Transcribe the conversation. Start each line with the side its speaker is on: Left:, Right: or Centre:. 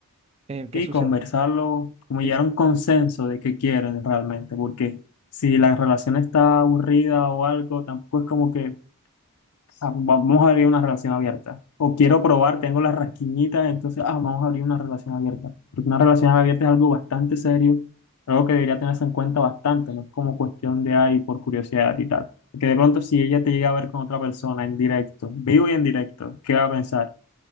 Right: eh, qué
Left: Sí,
Right: sucede.
Left: conversarlo, como
Right: Sí,
Left: llegar
Right: sí,
Left: a un consenso de qué quieren realmente, porque si la relación está aburrida o algo, tampoco es como que ah, pues va- vamos a abrir una relación abierta. O quiero
Right: ah,
Left: probar, tengo las rasquiñitas, entonces, ah, vamos a abrir una relación abierta. Porque una relación abierta es algo bastante serio, algo que debería tenerse en cuenta bastante, no es como cuestión de ahí por curiosidad y tal. Porque de pronto si ella te llega a ver con otra persona en directo, vivo y en directo, ¿qué va a pensar?